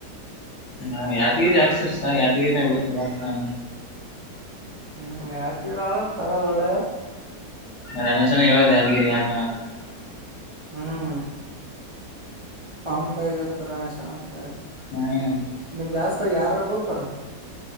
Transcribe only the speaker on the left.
ನಾ ಯಾದಗಿರಿ ಹಾಕ್ಸರಿ ಸ ಯಾದ್ಗಿರಿನ ಬಿತು ಬರ್ತಿ
ರಮೇಶನ ಹೇಳೋದು ಯಾದಗಿರಿ ಹಾಕಣ
ಹ್ಮ್